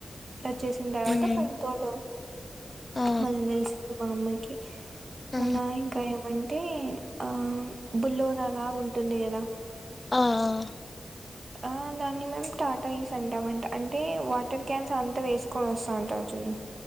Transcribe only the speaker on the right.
వచ్చేసిన తర్వాత
పైన తోద
మళ్ళీ తెలిసింది మా అమ్మాయి
మన్నాకాయ ఏమన్నా తీ ఆ బుల్లోర అలాగు ఉంటుంది కదా
ఆ దాన్ని మేము టాటా ఈస్ అంటామంట అంటే వాటర్ క్యాన్స్ అంతా వేసుకొని వస్తా అంటారు చూడు